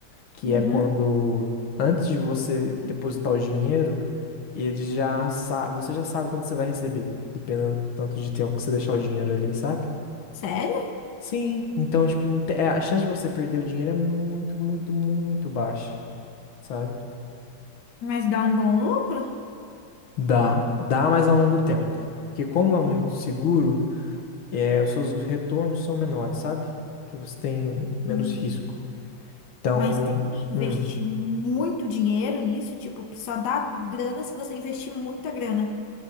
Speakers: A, on the left; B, on the left.
A: que
B: Uhum.
A: é quando antes de você depositar o dinheiro, ele já sa- você já sabe quanto você vai receber, dependendo do tanto de tempo que você deixar o dinheiro ali, sabe?
B: Sério?
A: Sim, então, tipo, não te- é, a chance de você perder o dinheiro é muito, muito, muito baixa, sabe?
B: Mas dá um bom lucro?
A: Dá, dá, mas a longo tempo. Porque como é
B: Ah,
A: muito seguro, é, os seus retornos são menores, sabe? Que você tem menos
B: entendi.
A: risco. Então,
B: Mas tem que investir
A: hum,
B: muito dinheiro nisso, tipo, só dá grana se você investir muita grana.